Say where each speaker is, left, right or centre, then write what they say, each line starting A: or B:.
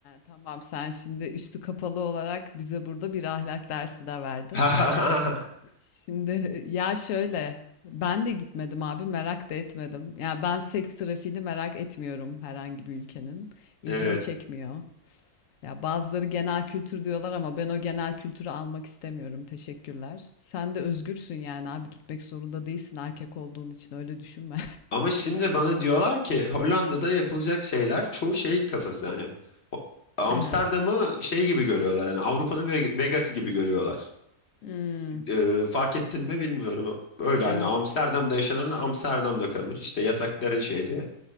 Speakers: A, on the left; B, on the left.
A: tamam sen şimdi üstü kapalı olarak bize burada bir ahlak dersi de verdin.
B: <laughs>
A: Şimdi e, ya şöyle ben de gitmedim abi merak da etmedim. Ya ben seks trafiğini merak etmiyorum herhangi bir ülkenin. İlgimi
B: Evet.
A: çekmiyor. Ya bazıları genel kültür diyorlar ama ben o genel kültürü almak istemiyorum. Teşekkürler. Sen de özgürsün yani abi gitmek zorunda değilsin erkek olduğun için öyle düşünme.
B: Ama şimdi bana diyorlar ki Hollanda'da yapılacak şeyler çoğu şey kafası hani Ho- Amsterdam'ı
A: <laughs> Aha.
B: şey gibi görüyorlar hani Avrupa'nın Ve- Vegas'ı gibi görüyorlar.
A: Hmm,
B: Ee, fark ettin mi bilmiyorum. Öyle
A: evet.
B: hani Amsterdam'da yaşanan Amsterdam'da
A: Evet.
B: kalır. İşte yasakların şehri.